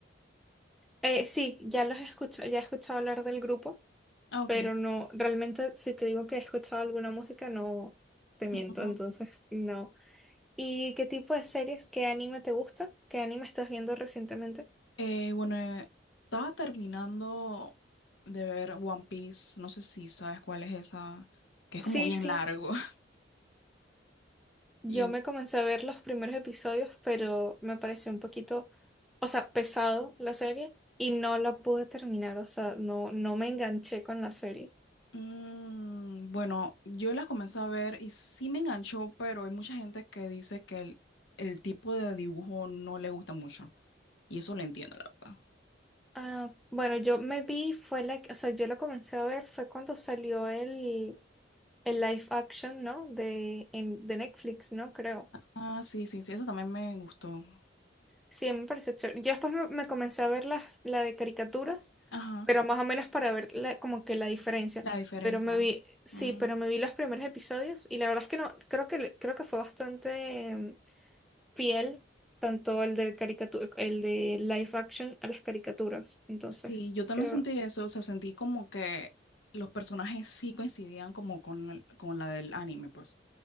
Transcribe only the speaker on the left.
Ah, ok.
Ujú.
Eh, bueno, eh, estaba terminando de ver One Piece, no sé si sabes cuál es esa, que
es como bien
largo. <laughs>
Y
Mm, bueno, yo la comencé a ver y sí me enganchó, pero hay mucha gente que dice que el, el tipo de dibujo no le gusta mucho. Y eso lo entiendo, la verdad.
Ah, sí, sí, sí, eso también me gustó.
Ajá,
la diferencia.
Mm,
sí, yo también
sentí eso, o sea, sentí como que los personajes sí coincidían como con, el- con la del anime, pues.